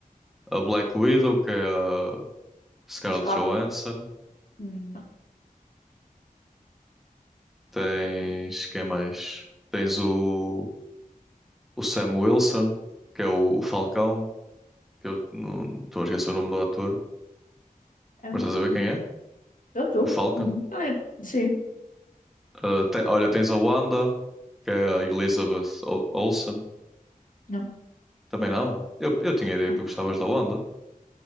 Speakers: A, in the centre; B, on the left (about 65°).
A: a Black Widow, que é a Scarlett
B: A Scarlett.
A: Johansson.
B: Hum, Não.
A: Tens quem mais? Tens o, o Sam Wilson, que é o, o Falcão, que eu não estou a esquecer o nome do ator,
B: É,
A: mas
B: um-
A: estás a ver
B: hum.
A: quem é?
B: Eu estou.
A: O Falcon.
B: Uhum. Ele é. Sim.
A: Ah, te- olha, tens a Wanda, que é a Elizabeth Ol- Olsen.
B: Não.
A: Também não. Eu, eu tinha a ideia
B: Ah.
A: que tu gostavas da Wanda.